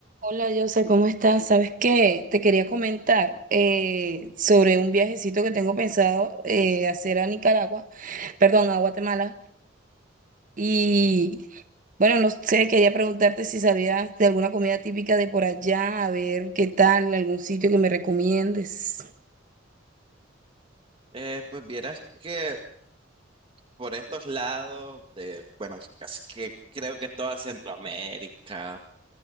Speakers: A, on the right; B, on the right.
A: Hola, Jose, ¿cómo estás? ¿Sabes qué? Te quería comentar eh, sobre un viajecito que tengo pensado eh, hacer a Nicaragua, perdón, a Guatemala. Y bueno, no sé, quería preguntarte si sabías de alguna comida típica de por allá, a ver qué tal, algún sitio que me recomiendes.
B: Eh, pues vieras que por estos lados, de, bueno, casi que creo que toda Centroamérica